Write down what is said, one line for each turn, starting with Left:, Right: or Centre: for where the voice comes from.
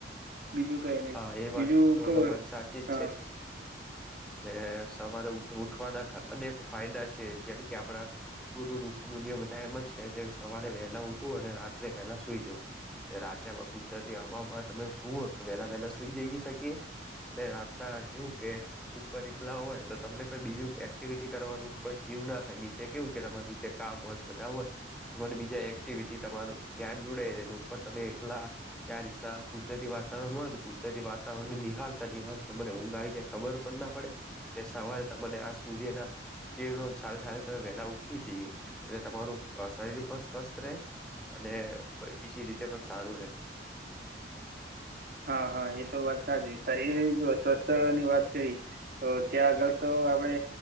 Right: બીજું કઈ નહી
Centre: હા એ
Right: બીજું
Centre: વાત તો
Right: કવ
Centre: તમારી
Right: એમ
Centre: સાચી જ
Right: હા.
Centre: છે ને સવારે ઉઠવાના અનેક ફાયદા છે જેમ કે આપડા ગુરુ ઋષિ મુનિઓ બધા એમ જ કે છે કે સવારે વહેહલા ઉઠવું અને રાત્રે વહેલા સુઈ જવું. રાતે કુદરતી હવામાં તમે સુ તો વેલા વહેલા સુઈ જઈએ <unintelligible> અને રાતના એવું કે. ઉપર એકલા હોય તો તમને કોઈ બીજું એક્ટિવિટી કરવાનું કોઈ જીવ ના થાય નીચે કેવું કે તમારે નીચે કામ હોય. બધા હોયને બીજા એક્ટિવિટી તમારું ધ્યાન જોડઈ રહે ઉપર તમે એકલા આ રીતના કુદરતી વાતાવરણ હોય કુદરતી વાતાવરણ નિહાળતા નિહાળતા મને ઊંઘ આવી ખબર પણ ના પડે સવારે તને આ સૂર્યના તે રોજ સાડા <unintelligible> વેલા ઉઠી જઈએ એટલે તમારું શરીર પણ સ્વસ્થ રહે અને બીજી રીતે પણ સારું રહે.
Right: હા હા એ તો વાત સાચ શરીર જોસ્વસ્થ ની વાત કરી. તો ત્યાં આગળ તો આપડે.